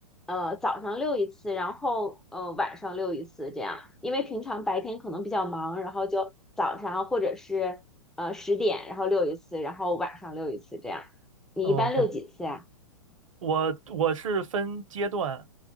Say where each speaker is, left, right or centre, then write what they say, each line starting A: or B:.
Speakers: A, in the centre; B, on the right.
A: 呃早上遛一次，然后呃晚上遛一次这样，因为平常白天可能比较忙，然后就早上或者是呃十点，然后遛一次，然后晚上遛一次这样。你一般遛几次呀？
B: OK，我我是分阶段，